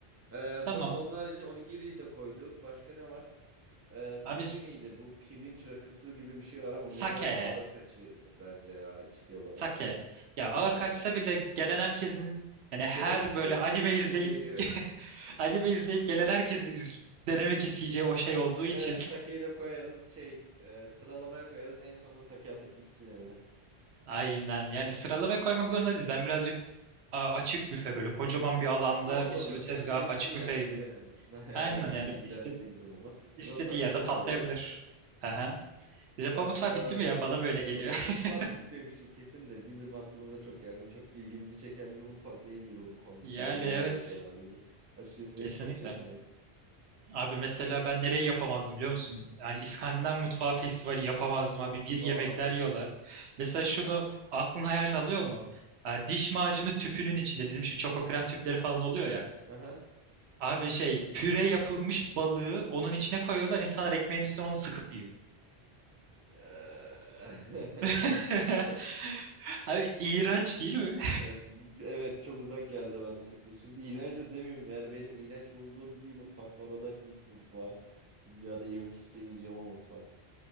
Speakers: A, on the right; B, on the right.
A: Ee,
B: <laughs>
A: sonra
B: Tamam.
A: onun harici onigiri de koyduk. Başka ne var? Ee, sake
B: Abi
A: miydi? Bu pirinç rakısı gibi bir şey var ama
B: sake.
A: bu biraz ağır kaçır bence ya içki olarak.
B: Sake. Ya
A: Aynen
B: ağır
A: sake.
B: kaçsa bile gelen herkesin yani her
A: Denemesini
B: böyle
A: istediğimiz
B: anime izleyip
A: bir şey evet.
B: <laughs> anime izleyip gelen herkesi iz- denemek isteyeceği o şey olduğu için
A: Evet sakeyi de koyarız şey e, sıralamaya koyarız en sonunda sake atıp gitsin evine.
B: <laughs> aynen yani sıralamaya koymak zorunda değiliz. Ben birazcık a, açık büfe böyle kocaman bir alanda
A: Aa o
B: bir
A: da
B: sürü
A: olur
B: tezgah
A: kendi seçsin
B: açık
A: yani
B: büfe
A: bize
B: gibi.
A: ne <laughs> yani
B: Aynen
A: bizi
B: yani
A: ilgilendirecek
B: iste-
A: bir durum olmaz.
B: istediği
A: O zaman sakeyi
B: yerde
A: de
B: patlayabilir.
A: koyduk.
B: Aha. Japon
A: Başka
B: mutfağı bitti mi ya? Bana böyle
A: Japon
B: geliyor.
A: mutfağı
B: <laughs>
A: bitmemiştir kesin de bizim aklımıza çok gelmiyor. Çok ilgimizi çeken bir mutfak değil gibi bu konuda
B: Yani
A: şey bu yemekler
B: evet
A: harici. Açıkçası
B: kesinlikle.
A: benim çok çekmiyor.
B: Abi mesela ben nereyi yapamazdım biliyor musun? Yani İskandinav Mutfağı Festivali yapamazdım abi. Bir yemekler
A: Aa.
B: yiyorlar. Mesela şunu aklın hayalini alıyor mu? Ee, Diş macunu tüpünün içinde bizim şu çoko krem tüpleri falan oluyor ya.
A: <laughs>
B: Abi şey püre yapılmış balığı onun içine koyuyorlar. İnsanlar ekmeğin üstüne onu sıkıp yiyor.
A: Eee.
B: <laughs>
A: <laughs>
B: Abi iğrenç değil mi?
A: Eee, Evet çok uzak geldi bana kötü. Şimdi iğrenç de demeyeyim. Yani benim iğrenç bulduğum bir mutfak var. O da Hint mutfağı. Dünyada yemek istemeyeceğim o mutfak.